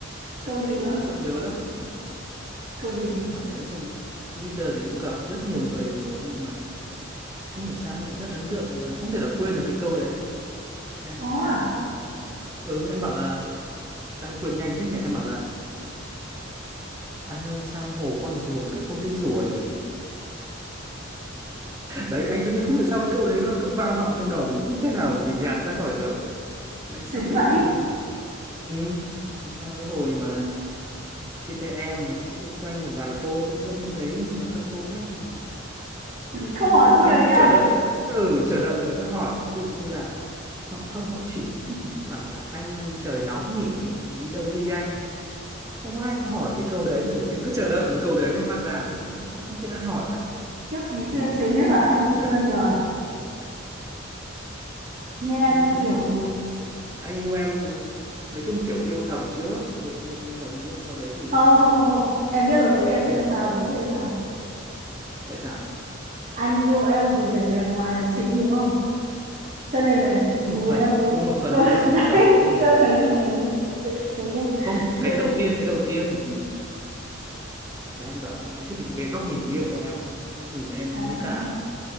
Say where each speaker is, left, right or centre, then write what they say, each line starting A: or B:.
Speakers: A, on the right; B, on the right.
A: câu
B: Trung Anh
A: gì
B: vẫn
A: cơ
B: vẫn nhớ lắm
A: câu
B: chứ
A: gì
B: mà thế nào nhỉ với Trung bây giờ thì cũng gặp rất nhiều người rồi nhưng mà không hiểu sao anh lại rất ấn tượng và không thể nào quên được cái câu đấy em
A: có
B: em
A: à
B: bảo là ừ em bảo là sao em quên nhanh thế nhỉ em bảo là anh ơi sao hồ con rùa mà lại không thấy rùa nhỉ đấy anh tự nhiên không hiểu sao cái câu đấy nó cứ vang vọng trong đầu mình không thể nào mình gạt ra khỏi được đấy
A: sến
B: sau đấy
A: vậy
B: thì cũng ừ thì sau cái hồi mà chia tay em thì cũng cũng quen một vài cô cũng dẫn đến đấy nhưng mà các cô khác thì không không
A: không hỏi
B: không
A: câu
B: anh
A: đấy
B: cũng
A: à
B: chờ đợi ừ chờ đợi người ta hỏi ví dụ như là họ không họ chỉ
A: <laughs>
B: bảo là anh ơi trời nóng nhỉ hoặc là đi đâu đi anh không ai hỏi cái câu đấy ừ, anh cứ chờ đợi một câu đấy mà phát ra không không không biết ai hỏi cả
A: Kiếp ngày
B: ừ,
A: xưa em sến thế
B: không
A: mà anh
B: hiểu
A: cũng
B: sao
A: yêu em giờ à nghe
B: thì
A: như kiểu
B: anh yêu anh yêu em thì nói chung kiểu yêu thầm trước yêu, yêu, yêu thầm trước sau đấy thì
A: không không không không em biết rồi thế thì em
B: ừ,
A: biết tại sao rồi em biết tại sao rồi.
B: tại sao
A: anh yêu em vì vẻ bề ngoài là chính đúng không cho nên là
B: cũng một
A: dù
B: phần
A: em có
B: cũng một phần
A: có
B: thôi
A: <laughs>
B: một
A: đấy
B: phần thôi
A: thấy chưa thấy chưa thấy chưa thấy chưa
B: không
A: Đây.
B: cái đầu tiên cái đầu tiên ừ. thì anh bảo anh anh thích cái, cái, cái góc nhìn nghiêng của em ấy. Góc nhìn em
A: à,
B: với cả